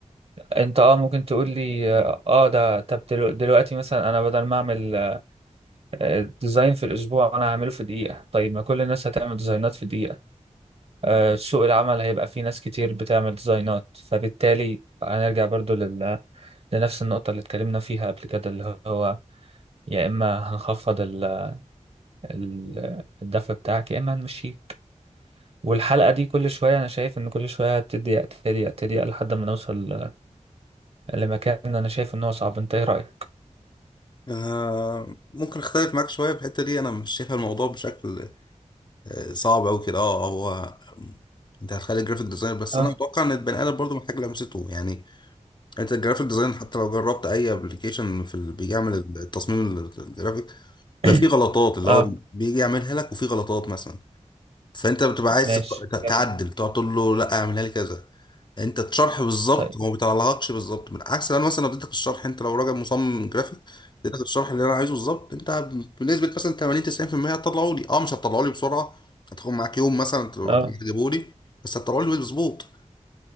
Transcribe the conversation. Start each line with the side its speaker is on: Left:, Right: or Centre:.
Right: انت اه ممكن تقول لي اه آه، ده طب دلو- دلوقتي مثلا انا بدل ما اعمل آه، ديزاين في الاسبوع انا هعمله في دقيقة طيب ما كل الناس هتعمل ديزاينات في دقيقة آه، سوق العمل هيبقى فيه ناس كتير بتعمل ديزاينات فبالتالي هنرجع برضو لل... لنفس النقطة اللي اتكلمنا فيها قبل كده اللي هو يا إما هنخفض ال... ال... الدفع بتاعك يا إما هنمشيك والحلقة دي كل شوية أنا شايف إن كل شوية تضيق تضيق تضيق لحد ما نوصل لمكان أنا شايف إن هو صعب أنت إيه رأيك؟
Left: انا ممكن اختلف معاك شويه في الحته دي انا مش شايف الموضوع بشكل صعب أوي كده اه هو انت هتخلي الجرافيك ديزاين بس
Right: اه
Left: انا اتوقع ان البني ادم برضه محتاج لمسته يعني انت الجرافيك ديزاين حتى لو جربت اي ابلكيشن في ال... بيعمل التصميم ال- الجرافيك بيبقى
Right: <coughs>
Left: فيه غلطات اللي
Right: أه
Left: هو بيجي يعملها لك وفيه غلطات مثلا فانت بتبقى عايز
Right: ماشي
Left: تت-
Right: جميل
Left: تعدل تقعد تقول له لا اعملها لي كذا انت الشرح بالظبط
Right: طيب
Left: هو ما بيطلعلكش بالظبط بالعكس انا مثلا لو اديتك الشرح انت لو راجل مصمم جرافيك اديتك الشرح اللي انا عايزه بالظبط انت بنسبه مثلا 80 90% هتطلعه لي اه مش هتطلعه لي بسرعه هتاخد معاك يوم مثلا
Right: <coughs> أه
Left: تجيبه لي بس هتطلعه لي مظبوط